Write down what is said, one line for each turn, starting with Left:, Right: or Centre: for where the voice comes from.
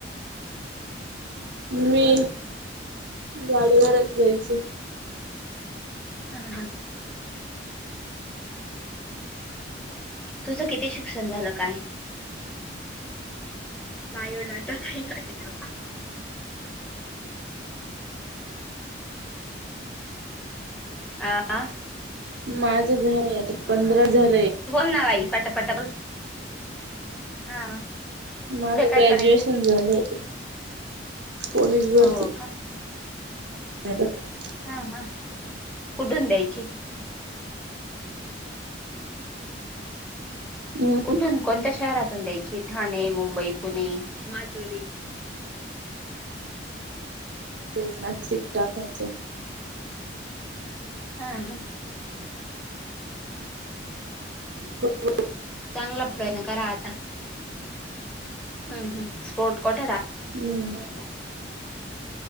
Right: मी गाडीवरच जायच
Centre: हम हा तुझं किती शिक्षण झालं काय बायो लटोलाट्या आ
Right: माझ झा आता पंधरा झार
Centre: बोल ना भाई पट पट बोल हा
Right: माझे
Centre: पुढे काय
Right: ग्रॅज्युएशन
Centre: करायचंय?
Right: झाले पोलीस भरती
Centre: हो का
Right: <inaudible>
Centre: हा हा कुठून द्यायची
Right: हम्म
Centre: कुठून कोणत शहरातून द्यायची ठाणे मुंबई पुणेातु
Right: एक नासिक टाकायचं
Centre: हा हा
Right: ब
Centre: चांगला प्रयत्न करा आता हम्म हम स्पोर्ट कोटार
Right: हम्म